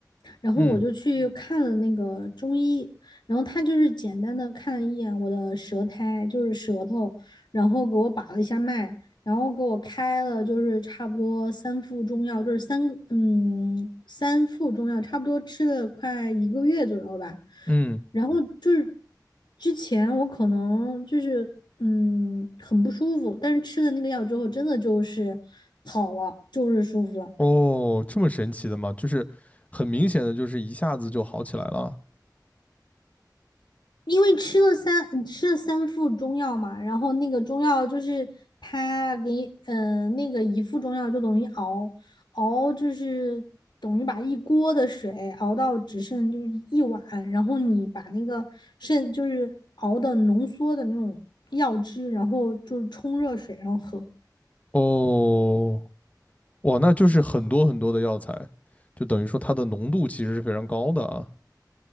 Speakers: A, on the left; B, on the left.
A: 然后我就去看了那个中医，
B: 嗯
A: 然后他就是简单的看了一眼我的舌苔，就是舌头，然后给我把了一下脉，然后给我开了就是差不多三副中药，就是三个嗯三副中药，差不多吃了快一个月左右吧。
B: 嗯，
A: 然后就是之前我可能就是嗯很不舒服，但是吃了那个药之后，真的就是好了，就是舒服了。
B: 哦，这么神奇的吗？就是很明显的，就是一下子就好起来了。
A: 因为吃了三嗯吃了三副中药嘛，然后那个中药就是他给你呃那个一副中药就等于熬熬就是等于把一锅的水熬到只剩就是一碗，然后你把那个剩就是熬的浓缩的那种药汁，然后就是冲热水然后喝。
B: 哦，哇，那就是很多很多的药材，就等于说它的浓度其实是非常高的啊。